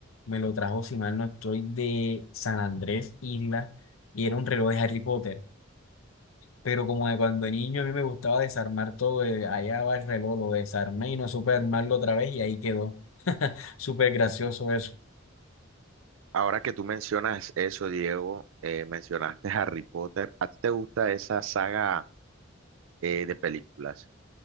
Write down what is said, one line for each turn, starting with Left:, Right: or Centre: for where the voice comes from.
Left: me lo trajo, si mal no estoy, de San Andrés, Isla, y era un reloj de Harry Potter, pero como de cuando niño a mí me gustaba desarmar todo, eh, allá va el reloj, lo desarmé y no supe armarlo otra vez y ahí quedó, súper gracioso eso.
Right: Ahora que tú mencionas eso, Diego, eh, mencionaste Harry Potter, ¿a ti te gusta esa saga eh, de películas?